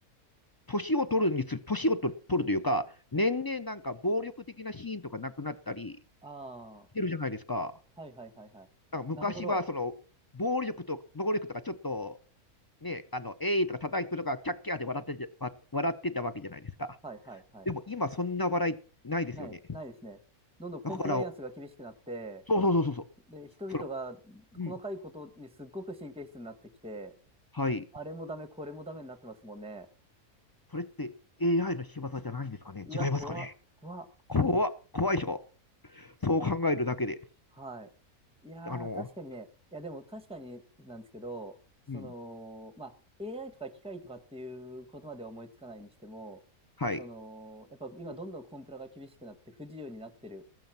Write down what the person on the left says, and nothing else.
年を取るにつれ、年をと取るというか、年々なんか暴力的なシーンとかなくなったり
してるじゃないですか。
なんか昔はその、
暴力と、暴力とかちょっと、ね、あの、えいとか叩くとか、キャッキャーで笑ってて、わ笑ってたわけじゃないですか。
でも今そんな笑いないですよね。
だから、そうそうそうそうそう。
その、うん。はい。
それって AI の仕業じゃないんですかね違いますかね
怖っ、怖いでしょそう考えるだけで。
あの、
うん。
はい。